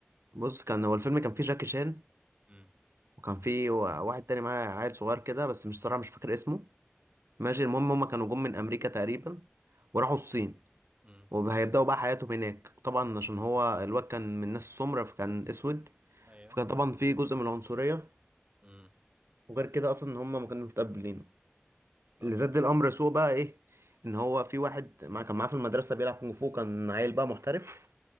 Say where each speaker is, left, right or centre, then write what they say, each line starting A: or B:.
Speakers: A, on the right; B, on the right.
A: بص كان هو الفيلم كان فيه جاكي شان
B: امم
A: وكان فيه وا- واحد تاني معاه عيل صغير كده بس مش صراحه مش فاكر اسمه ماشي المهم هما كانوا جم من امريكا تقريبا وراحوا الصين
B: امم
A: وهيبداوا بقى حياتهم هناك طبعا عشان هو الواد كان من ناس سمرة فكان اسود
B: ايوه
A: فكان طبعا في جزء من العنصرية
B: امم
A: وغير كده اصلا ان هم ما كانوا متقبلينه
B: صح
A: اللي زاد الامر سوء بقى ايه ان هو في واحد مع كان معاه في المدرسة بيلعب كونغ فو كان عيل بقى محترف